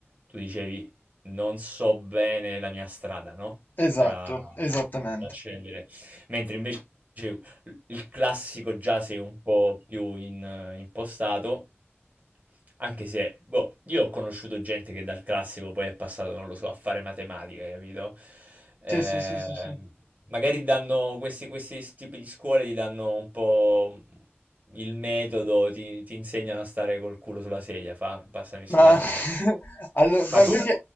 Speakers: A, on the right; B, on the left.
A: tu dicevi non so bene la mia strada, no? da
B: Esatto, esattamente.
A: da scegliere. Mentre invece il classico giace un po' più in- impostato, anche se, boh, io ho conosciuto gente che dal classico poi è passato, non lo so, a fare matematica, capito? Eh,
B: Sì, sì, sì, sì, sì.
A: magari danno questi, questi tipi di scuole, ti danno un po' il metodo, ti, ti insegnano a stare col culo sulla sedia, fa, passami sto
B: Ma,
A: termine.
B: <laughs> allo-
A: Ma
B: ma
A: tu?
B: più che...